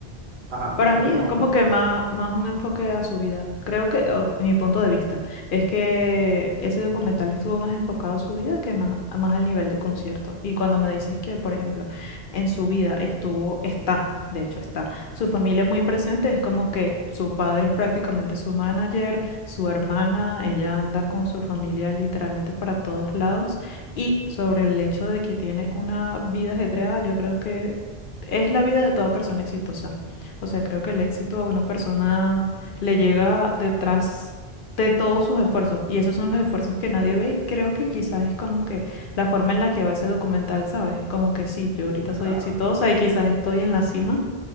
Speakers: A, on the right; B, on the left.
A: ajá,
B: Para
A: sí continúa.
B: mí es como que más, más un enfoque a su vida. Creo que, o mi punto de vista, es que ese documental estuvo más enfocado a su vida que más, más al nivel de concierto. Y cuando me dices que, por ejemplo, en su vida estuvo, está, de hecho está, su familia muy presente, es como que su padre es prácticamente su manager, su hermana, ella anda con su familia literalmente para todos lados. Y sobre el hecho de que tiene una vida ajetreada, yo creo que... Es la vida de toda persona exitosa. O sea, creo que el éxito a una persona le llega detrás de todos sus esfuerzos y esos son los esfuerzos que nadie ve y creo que quizás es como que la forma en la que va ese documental, ¿sabes? Como que sí, yo
A: Sí,
B: ahorita soy
A: claro.
B: exitosa y quizás estoy en la cima,